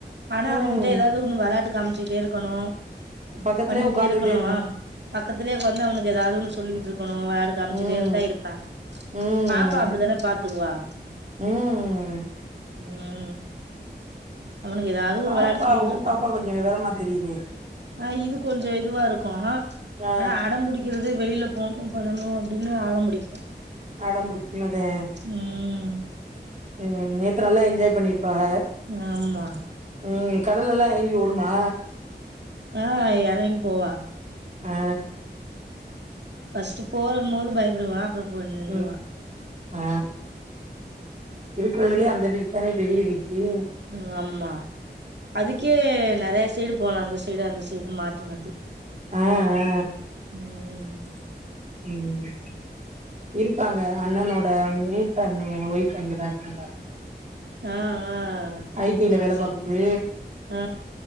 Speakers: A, on the right; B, on the right.
A: ஆனா
B: ம்
A: அவங்கிட்ட ஏதாவ்து ஒன்னு விளாட்டு காமிச்சுக்கிட்டே இருக்கணு
B: பக்கத்துலயே
A: பண்ணிக்கிட்டே
B: உக்காந்துகிட்டே
A: இருக்கணு ஆம் பக்கத்துலே உக்காந்து அவனுக்கு ஏதாவ்து ஒன்னு சொல்லிக்கிட்றுக்கனு வேற காம்ச்சுகிட்டே
B: ம்
A: இருந்தா இருப்பா
B: ம்
A: பாப்பா அப்டிதான பாத்துக்குவா
B: ம்
A: ம் அவனுக்கு ஏதாவ்து
B: பாப்பா
A: ஒரு விளாட்டு சொல்லிக்கிட்ருப்பா
B: ஓ பாப்பா கொஞ்சோ விவரமா தெரியுதே
A: ஆ இது கொஞ்சொ இதுவா இருக்கு
B: ஆ
A: ஆனா அடம்புடிக் கிறது வெயில்ல போணு பண்ணனு அப்டின்னு அடம்புடிக்கு
B: அடம்புடிக்குமது
A: ம்
B: ம் நேத்து நல்லா என்ஜாய் பண்ணிருப்பாஹ
A: ஆமா
B: ம் கடலல்லா எறங்கி ஓடுமா
A: ஆ எறங்கி போவா
B: ஆ
A: ஃபர்ஸ்ட்டு போறம் போது பயப்படுவா அப்பறோ போய் நின்றுவா
B: ம் ஆ இருக்குறதுலயே அந்த வீக் தான பெரிய வீக்கு
A: ம் ஆமா அதுக்கே நறைய சைடு போலா அந்த ஸ் சைடு அந்த சைடுன் மாத்தி மாத்தி
B: ஆ ஆ
A: ம்
B: ம் இருக்காங்க அண்ணனோட மூத்த அண்ணே ஒய்ஃபு இங்கதா இருக்காங்க
A: ஆ ஆ
B: ஐ டி ல வேல பாக்குது
A: ஆ